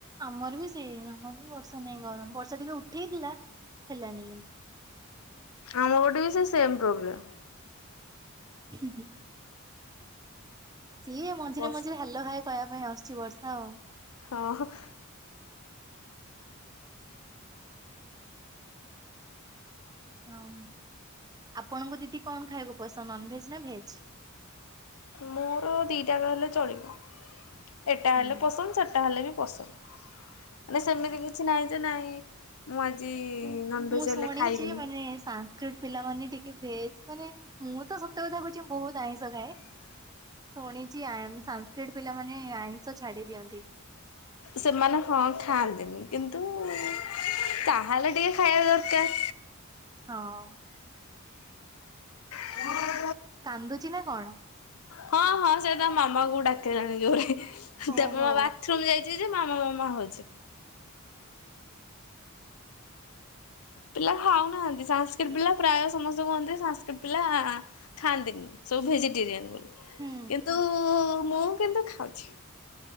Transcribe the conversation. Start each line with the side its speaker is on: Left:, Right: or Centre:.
Right: ଆମର ବି ସେଇ ଆମର ବି ବର୍ଷା ନାହିଁ ଗରମ ବର୍ଷା ଟିକେ ଉଠେଇଥିଲା ହେଲାନି କିନ୍ତୁ।
Left: ଆମ ପଟେ ବି ସେଇ ସେମ୍ ପ୍ରୋବ୍ଲେମ୍।
Right: ହୁଁ-ହୁଁ ସିଏ ମଝିରେ
Left: ବର୍ଷ
Right: ମଝିରେ। ହ୍ୟାଲୋ ହାଏ କହିବା ପାଇଁ ଆସୁଛି ବର୍ଷା ଆଉ।
Left: ହଁ-ହଁ।
Right: ହଉ ଆପଣଙ୍କୁ ଦିଦି କଣ ଖାଇବାକୁ ପସନ୍ଦ ନଂଭେଜ ନା ଭେଜ।
Left: ମୋର ଦିଟାଜାଙ୍କ ହେଲେ ଚଳିବ ଏଟା
Right: ହୁଁ
Left: ହେଲେ ପସନ୍ଦ ସେଟା ହେଲେ ବି ପସନ୍ଦ। ମାନେ ସେମିତି କିଛି ନାହିଁ ଯେ ନାହିଁ। ମୁଁ ଆଜି
Right: ମାନେ
Left: ନଂଭେଜ୍
Right: ମୁଁ ଶୁଣିଛି
Left: ହେଲେ ଖାଇବିନି।
Right: <unintelligible> ପିଲାମାନେ ଟିକେ ଭେଜ ମାନେ ମୁଁ ତ ସତ କଥା କହୁଛି ବହୁତ ଆଇଁଷ ଖାଏ। ଶୁଣିଛି ଆ ସାଂସ୍କ୍ରିଟି ପିଲାମାନେ ଆଇସ ଛାଡ଼ି ଦିଅନ୍ତି।
Left: ସେମାନେ ହଁ ଖାଆନ୍ତିନି କିନ୍ତୁ ଯାହାହେଲେ ହେଲେ ଟିକେ ଖାଇବା ଦରକାର।
Right: ହଁ।
Left: <unintelligible>
Right: କାନ୍ଦୁଚି ନା କଣ?
Left: ହଁ ହଁ ସେ ତା ମାମାକୁ ଡାକିଲାଣି ଜୋରେ। <inaudible>
Right: ଓହୋ
Left: ବାଥରୁମ୍ ଯାଇଛି ଯେ ମାମା ମାମା ହଉଛି। ପିଲା ଖାଉନାହାନ୍ତି ସାଂସ୍କ୍ରିଟ ପିଲା ପ୍ରାୟ ସମସ୍ତେ କୁହନ୍ତି ସାଂସ୍କ୍ରିଟ ପିଲା। ଖାଆନ୍ତିନି ସବୁ ଭେଜିଟେରିଆନ୍ ବୋଲି
Right: ହୁଁ
Left: କିନ୍ତୁ ମୁଁ କିନ୍ତୁ ଖାଉଛି।